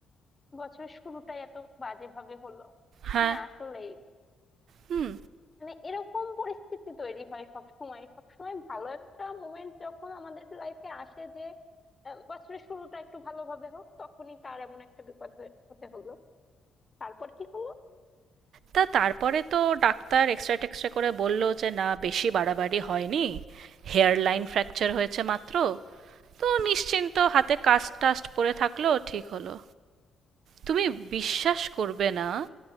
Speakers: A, on the left; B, on the right.
A: বছরের শুরুটাই এত বাজে ভাবে হলো
B: হ্যাঁ
A: হ্যাঁ আসলেই
B: হুম
A: মানে এরকম পরিস্থিতি তৈরি হয় সব সময় সব সময় ভালো একটা মোমেন্ট যখন আমাদের লাইফে আসে যে আহ, বছরের শুরুটা একটু ভালোভাবে হোক তখনই তার এমন একটা বিপদ হয়ে- হতে হলো তারপর কি হলো
B: তা তারপরে তো ডাক্তার এক্সরে টেক্সরে করে বলল যে না বেশি বাড়াবাড়ি হয়নি হেয়ার লাইন ফ্র্যাকচার হয়েছে মাত্র তো নিশ্চিন্ত
A: হুম,
B: হাতে কাস্ট টাস্ট পরে থাকলো ঠিক হলো তুমি বিশ্বাস করবে না